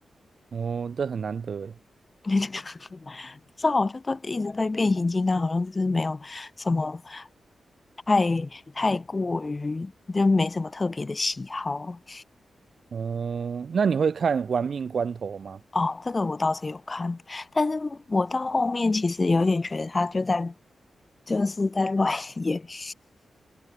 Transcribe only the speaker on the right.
哦，这很难得哎，
嗯，那你会看《玩命关头》吗？